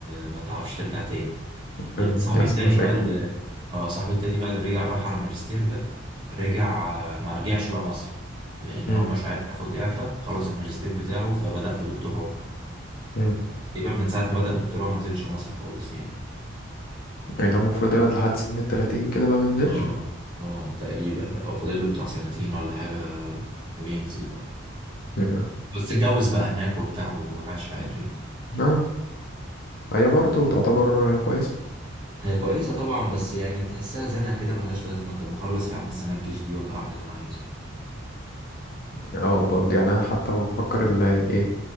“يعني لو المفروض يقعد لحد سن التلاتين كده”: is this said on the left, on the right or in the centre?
Left